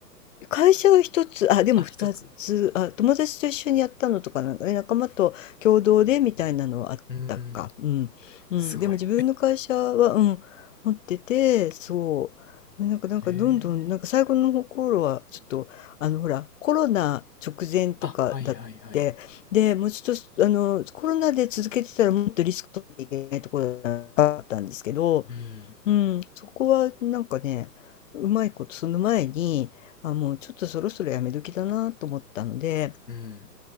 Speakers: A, on the left; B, on the left.
A: 会社は一つ、あ、でも二つ、
B: あ、一つ。
A: あ、友達と一緒にやったのとかなんかね、仲間と共同でみたいなのはあったか。
B: うーん、
A: うん。うん。
B: すごい。
A: でも自分の会社は、うん、持ってて、そう。なんか、なんかどんどん、
B: ええ
A: なんか最後の頃は、ちょっと、あの、ほら、コロナ直前とかだって、
B: あ、はいはいはい。
A: で、もうちょっと、あの、コロナで続けてたらもっとリスク取っていけないところだったんですけど、
B: うん、
A: うん、そこはなんかね、うまいこと、その前に、あ、もうちょっとそろそろやめ時だなと思ったので、
B: うん、